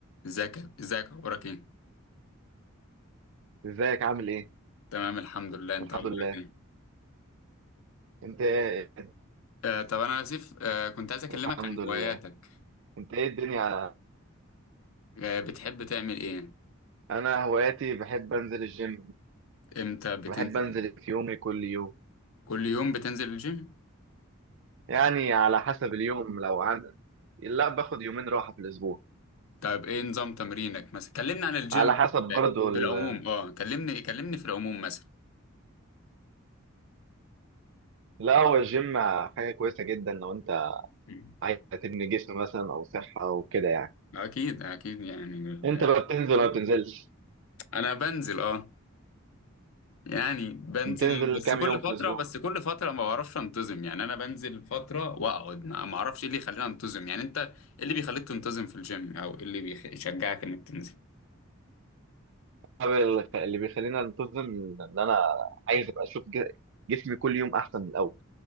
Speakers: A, on the left; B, on the right.
A: ازيك ازيك اخبارك ايه
B: ازيك عامل ايه؟
A: تمام الحمد لله انت
B: الحمد
A: اخبارك
B: لله
A: ايه
B: انت ايه؟
A: آه طب انا اسف آه كنت عايز اكلمك
B: الحمد
A: عن
B: لله
A: هواياتك
B: انت ايه الدنيا
A: آه بتحب تعمل ايه
B: انا هواياتي بحب انزل الجيم
A: امتى بتنزل
B: بحب انزل في يومي كل يوم
A: كل يوم بتنزل الجيم
B: يعني على حسب اليوم لو عن لا باخد يومين راحة في الاسبوع
A: طب ايه نظام تمرينك مثلا كلمنا عن الجيم
B: على حسب برضو ال...
A: بالعموم اه كلمني كلمني في العموم مثلا
B: لا هو الجيم حاجة كويسة جدا لو انت
A: مم.
B: عايز تبني جسم مثلا او صحة وكده يعني
A: اكيد اكيد يعني ال-
B: انت بقى بتنزل ولا بتنزلش؟
A: انا بنزل اه يعني بنزل
B: بتنزل
A: بس
B: كام
A: كل
B: يوم في
A: فترة
B: الاسبوع؟
A: بس كل فترة ما بعرفش انتظم يعني انا بنزل فترة واقعد ما ما اعرفش ايه اللي يخليني انتظم يعني انت ايه اللي بيخليك تنتظم في الجيم او ايه اللي بيخ- يشجعك انك تنزل
B: طب ال- اللي بيخليني انتظم ان انا عايز ابقى اشوف ج- جسمي كل يوم احسن من الاول